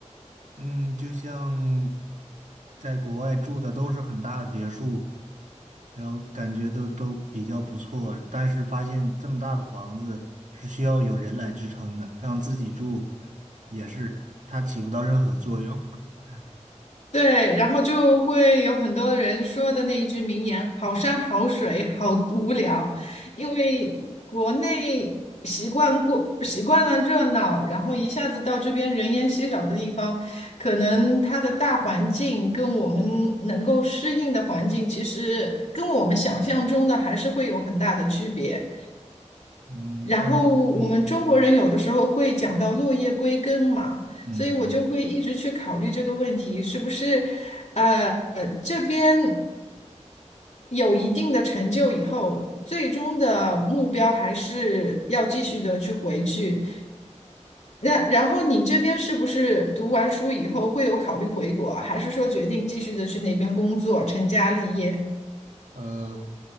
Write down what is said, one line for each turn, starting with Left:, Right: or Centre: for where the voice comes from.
Right: 嗯，就像在国外住的都是很大的别墅，然后感觉都都比较不错，但是发现这么大的房子是需要有人来支撑的，让自己住也是它起不到任何作用。<laughs>
Left: 对，然后就会有很多人说的那一句名言：“好山好水好无聊”，因为国内习惯过习惯了热闹，然后一下子到这边人烟稀少的地方，可能它的大环境跟我们能够适应的环境，其实跟我们想象中的还是会有很大的区别。
Right: 嗯，
Left: 然后我们中国人有的时候会讲到落叶归根嘛，
Right: 但嗯嗯，
Left: 所以我就会一直去考虑这个问题，是不是，呃，呃这边有一定的成就以后，最终的目标还是要继续的去回去。那然后你这边是不是读完书以后会有考虑回国啊还是说决定继续的去那边工作，成家立业？
Right: 呃，